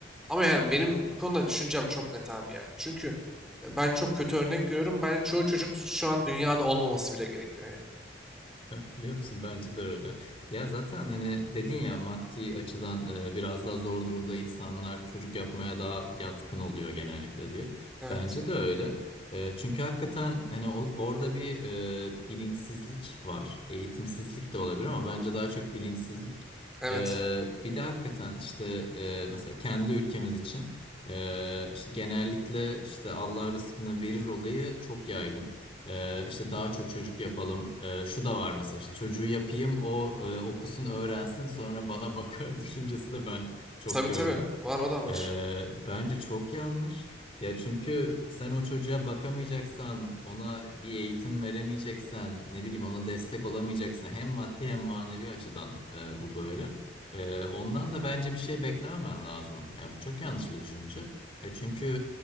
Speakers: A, in the centre; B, on the left.
A: Ama yani benim bu konuda düşüncem çok net abi yani. Çünkü e, ben çok kötü örnek görüyorum. Ben çoğu çocuk şu an dünyada olmaması bile gerekiyor yani.
B: <laughs> Ya Biliyor musun? Bence de öyle. Ya zaten hani dedin ya maddi açıdan e, biraz daha zor durumda insanlar çocuk yapmaya daha yatkın oluyor genellikle diye.
A: Evet.
B: Bence de öyle. E, çünkü hakikaten hani o- orada bir e, bilinçsizlik var. Eğitimsizlik de olabilir ama bence daha çok bilinçsizlik.
A: Evet.
B: E, bir de hakikaten işte e, mesela kendi ülkemiz için e, işte genellikle işte Allah rızkını verir olayı çok yaygın. Ee, işte daha çok çocuk yapalım. Ee, şu da var mesela işte çocuğu yapayım o e, okusun öğrensin sonra bana bakar <laughs> düşüncesi de ben çok
A: Tabii
B: gördüm.
A: tabii. Var o da var.
B: Ee, bence çok yanlış. Ya çünkü sen o çocuğa bakamayacaksan, ona bir eğitim veremeyeceksen, ne bileyim ona destek olamayacaksan hem maddi hem manevi açıdan e, bu böyle. E, ondan da bence bir şey beklememen lazım. Ya bu çok yanlış bir düşünce. E çünkü